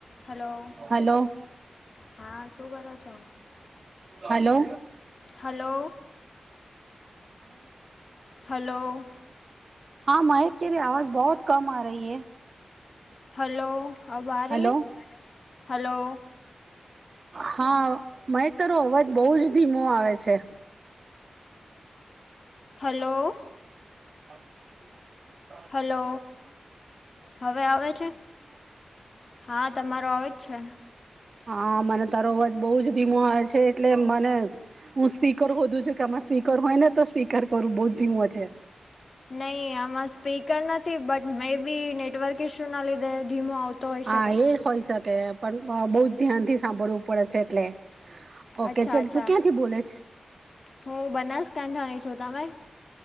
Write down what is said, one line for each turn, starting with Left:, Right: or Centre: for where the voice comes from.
Left: Hello
Right: hello.
Left: હા શું કરો છો.
Right: હલો.
Left: Hello hello.
Right: હા મહેક તેરી આવાજ બહોત કમ આ રહી હૈ.
Left: હલો અબ આ રહી
Right: હલો
Left: હે હલો.
Right: હા મહેક તરો અવાજ બહુ જ ધીમો આવે છે.
Left: હલો.
Right: <inaudible>
Left: હલો હવે આવે છે. હા તમારો આવે જ છે.
Right: હા મને તારો અવાજ બહુ જ ધીમો આવે છે એટલે મને હું સ્પીકર હોધું છું કે આમાં સ્પીકર હોય ને તો સ્પીકર કરું બહુ ધીમો છે.
Left: નહી આમાં સ્પીકર નથી but maybe network issue ના લીધે ધીમો આવતો હોઈ
Right: હા
Left: શકે
Right: એ હોય શકે પણ આ બહું ધ્યાન થી સાંભળવું પડે છે એટલે. ઓકે
Left: અચ્છા
Right: ચલ
Left: અચ્છા
Right: તું ક્યાંથી બોલે છે
Left: હું બનાસકાંઠની છું તમે.